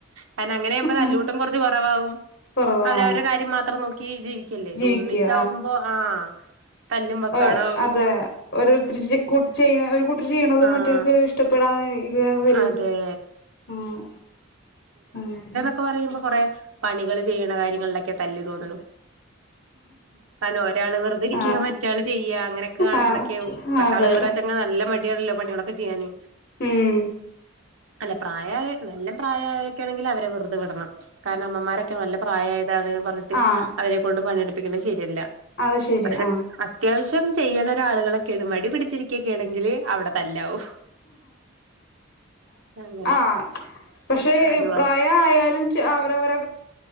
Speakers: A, on the right; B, on the left.
A: കാരണം അങ്ങനെ ആകുമ്പം തല്ലൂട്ടം
B: ആഹ്
A: കൊർച്ച് കൊറവാവും
B: കൊറവാ
A: അവരവരുടെ കാര്യം മാത്രം നോക്കി ജീവിക്കല്ലേ
B: ജീവിക്കുക
A: ത് ഒന്നിച്ചാവുമ്പൊ ആഹ് തല്ലും വക്കാണാവും
B: അ അതെ ഓരോരുത്തരി ചെയ ഒരു കൂട്ടർ ചെയ്യണത്
A: ആഹ്
B: മറ്റോർക്ക് ഇ ഷ്ടപ്പെടാൻ ഇത് വരും
A: അതെ
B: ആഹ് അ അതെലെ
A: ക്കെ പറയുമ്പോ കൊറെ പണികള് ചെയ്യണ കാര്യങ്ങളിലൊക്കെ തല്ല് തോന്ന്ണു കാരണം ഒരാള് വെറുതെരിക്ക്യ,
B: ആഹ്
A: മറ്റാള് ചെയ്യ അങ്ങനൊക്കെ കാണുളൊക്കെയാവും.
B: ആഹ്
A: പ്പത്തെ
B: അതെ
A: ആളുകൾക്കാച്ചങ് നല്ല മ ട്യാണല്ലോ പണികളൊക്കെ ചെയ്യാന്
B: ഉം
A: അല്ല പ്രായായ നല്ലം പ്രായായവരൊക്കെ ആണെങ്കിലവരെ വെറുതെ വിടണം. കാരണം അമ്മമാരൊക്കെ നല്ല പ്രായായതാണ് പർഞ്ഞിട് - ട്ട്
B: ആഹ്
A: അവരെ കൊണ്ട് പണിയെടുപ്പിക്കണ്ട ശരിയല്ല
B: അത് ശരി
A: പക്ഷെ
B: ആഹ്
A: അ - ത്യാവശ്യം ചെയ്യണ ഒരാളുകളൊക്കേണ്. മടി പിടിച്ചിരിക്കൊക്കേണെങ്കില് അവിടെ തല്ലാവു അങ്ങനെ
B: ആഹ് പക്ഷെ
A: അതുപോലെ
B: ഇ പ്രായ ആയാലും ചെ അവരവര